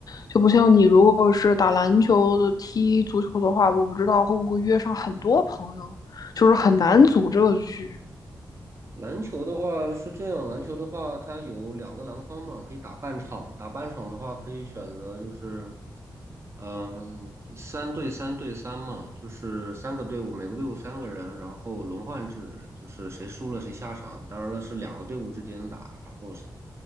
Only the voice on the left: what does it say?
就不像你如果是打篮球的、踢足球的话，我不知道会不会约上很多朋友，就是很难组这个局。